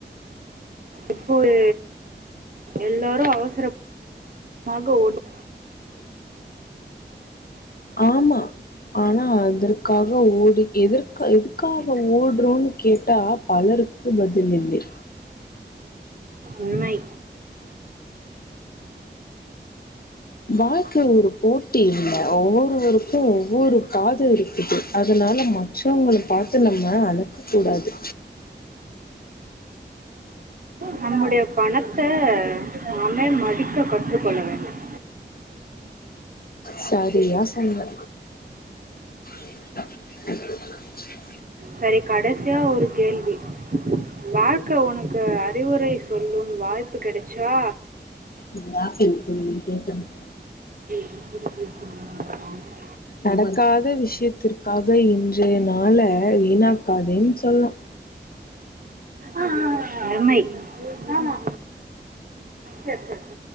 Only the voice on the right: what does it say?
எப்போது எல்லாரும் அவசரம் ஆகஓடு
உண்மை
நம்முடைய பணத்த நாமே மடிக்க கற்றுக்கொள்ளவேன்டும்
செரி கடைசியா ஒரு கேள்வி வாழ்க்கை உனக்கு அறிவுரை சொல்லும் வாய்ப்பு கெடைச்சா
<inaudible>
ஆஹ் அருமை ஆமா செரி செரி <inaudible>